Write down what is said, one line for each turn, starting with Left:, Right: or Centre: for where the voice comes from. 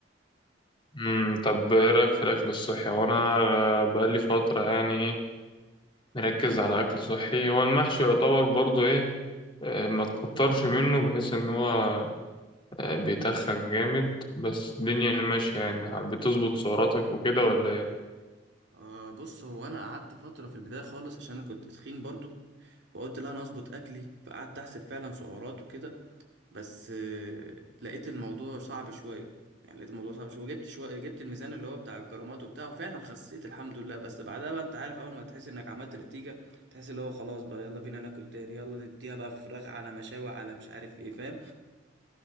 Left: امم طب ايه رايك في الاكل الصحي وانا بقالي فتره يعني ايه مركز على اكل صحي هو المحشي يعتبر برضو ايه آه، ما تكترش منه بحيث ان هو آه، بيتخن جامد بس الدنيا ماشيه يعني بتظبط سعراتك وكده ولا ايه
Right: آه بص هو انا قعدت فتره في البدايه خالص عشان انا كنت تخين برضو فقلت لا انا اظبط اكلي فقعدت احسب فعلا سعرات وكده بس آه، لقيت الموضوع صعب شوية يعني لقيت الموضوع صعب شوية وجبت شوية جبت الميزان اللي هو بتاع الجرامات وبتاع وفعلا خسيت الحمد لله بس بعدها بقى انت عارف اول ما تحس انك عملت نتيجة تحس اللي هو خلاص بقى يلا بينا ناكل تاني يلا نديها بقى فراخ على مشاوي على مش عارف ايه فاهم